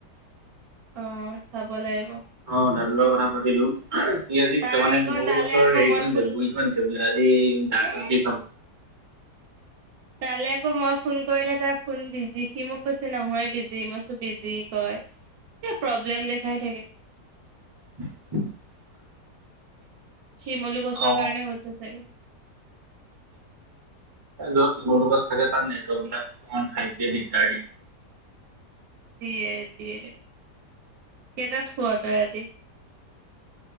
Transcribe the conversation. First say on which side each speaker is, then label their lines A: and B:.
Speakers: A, on the right (about 70°); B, on the right (about 25°).
A: অ চাব লাগিব
B: অ দাদা লগত কথা পাতিলো সি আজি
A: তাৰ
B: মানে
A: আকৌ
B: শিমলু
A: তালে
B: গছৰ
A: আকৌ
B: হেৰিতটো
A: মই
B: আনিছে
A: ফোন
B: গুৰিটো আনিছে বোলে আজি দাইলত
A: এ
B: দি খাব <inaudible>
A: তালে আকৌ মই ফোন কৰিলে তাৰ ফোন বিজি সি মোক কৈছে নহয় বিজি মই কৈছো বিজি কয় এ প্ৰব্লেম দেখাই থাকে
B: <inaudible>
A: শিমলু গছৰ
B: অ
A: কাৰণে হৈছে চাগে
B: য'ত কমলগছ থাকে তাৰ নেটৱৰ্কবিলাক ক ফাইভ জি দিগদাৰী
A: দিয়ে দিয়ে কেইটাত শুৱ তই ৰাতি